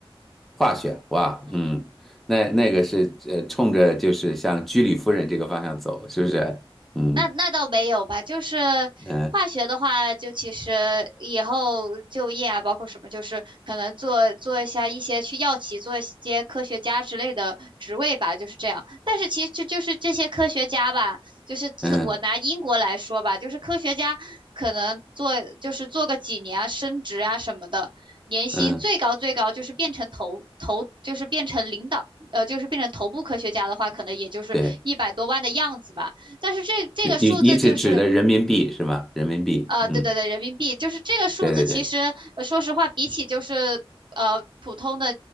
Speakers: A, in the centre; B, on the right.
A: 化学，哇，
B: 嗯。
A: 嗯，那那个是呃冲着就是像居里夫人这个方向走，是不是？嗯
B: 那那倒没有吧，就是化学的话，
A: 嗯
B: 就其实以后就业啊，包括什么，就是可能做做一下一些去药企做一些科学家之类的职位吧，就是这样。但是其实这就是这些科学家吧，就是特我拿英国来说吧，
A: 嗯
B: 就是科学家可能做就是做个几年啊，升职啊什么的，年薪最高最高就是变成头头，
A: 嗯，
B: 就是变成领导，呃，就是变成头部科学家的话，可能也就是一百多万的样子吧。
A: 对。
B: 但是这这个数字就是，
A: 你你指指的人民币是吗？人民币，
B: 呃，
A: 嗯，
B: 对对对，人民币就是这个数字。
A: 对对对，
B: 其实呃说实话，比起就是呃普通的